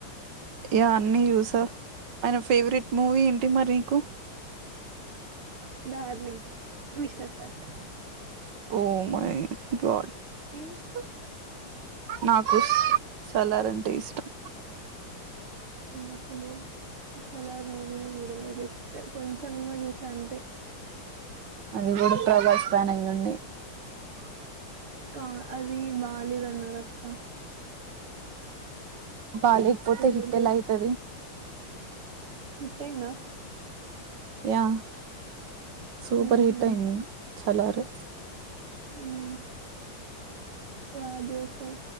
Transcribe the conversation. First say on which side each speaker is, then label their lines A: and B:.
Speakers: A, on the right; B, on the right.
A: ఎ అన్నిీ చూసా ఆయన ఫేవరెట్ మూవీ ఏంటి మరి నీకు
B: darling mister perfect
A: oh my god
B: మీకు?
A: నాకు సలర్ అంటే ఇష్టం
B: <inaudible> అసలు సలార్ మూవీని చూడలే జస్ట్ కొంచెంమ్ ఎమో చూసా అంతే
A: అది కూడా ప్రభాస్ ఫ్యాన్ అయి ఉండి
B: కా అది బాగాలేద అన్నారు అక్క
A: బాలేక్ పోతే హిట్
B: చూడలేదు.
A: ఎలా అయితది
B: హిట్ట్ అయిందా
A: యా సూపర్
B: హుహు.
A: హిట్ అయింది ఛలారు
B: మ్ రాదేశంమ్